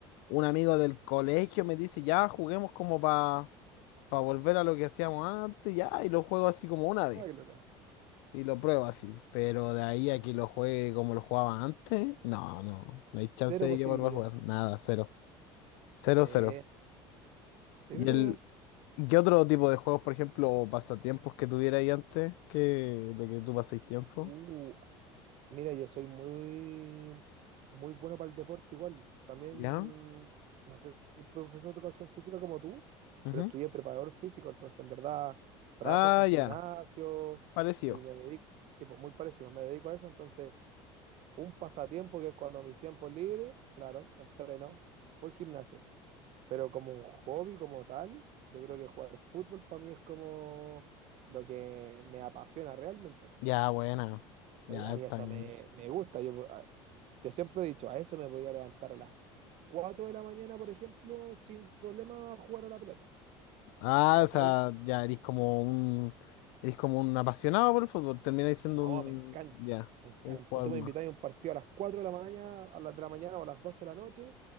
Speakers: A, on the left (about 70°); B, on the right (about 55°).
A: un amigo del colegio me dice, ya, juguemos como para volver a lo que hacíamos antes, ya, y lo juego así como una vez.
B: Nada que lograr.
A: Sí, lo pruebo así, pero de ahí a que lo juegue como lo jugaba antes, no, no, no hay chance
B: Cero
A: de
B: posibilidad.
A: que vuelva a jugar, nada, cero, cero,
B: Eh,
A: cero.
B: sí,
A: ¿Y
B: pero
A: el, qué otro tipo de juegos, por ejemplo, o pasatiempos que tuviera ahí antes que lo que tú paséis tiempo?
B: uh, Mira, yo soy muy, muy bueno para el deporte igual. También
A: ¿Ya?
B: no soy profesor de educación física como tú,
A: ujú.
B: pero estudié preparador físico, entonces en verdad trabajo
A: Ah,
B: en gimnasio
A: ya, parecido.
B: y me dedico, sí, pues muy parecido, me dedico a eso, entonces un pasatiempo que es cuando mis tiempos libres, claro, entreno, fue el gimnasio, pero como un hobby como tal, yo creo que jugar fútbol para mí es como lo que me apasiona realmente.
A: Ya, buena,
B: ¿cachai?
A: ya
B: A
A: está
B: mí eso
A: bien.
B: me, me gusta. Yo ah, yo siempre he dicho, a eso me podría levantar a las 4 de la mañana, por ejemplo, sin problema a jugar a la pelota.
A: Ah,
B: ¿Cachai?
A: o sea, ya eres como un, eres como un apasionado por el fútbol, termináis siendo
B: No,
A: un,
B: me encanta,
A: ya,
B: me encanta.
A: un jugador
B: Tú
A: más.
B: me invitas a un partido a las 4 de la mañana, a las de la mañana o a las 12 de la noche,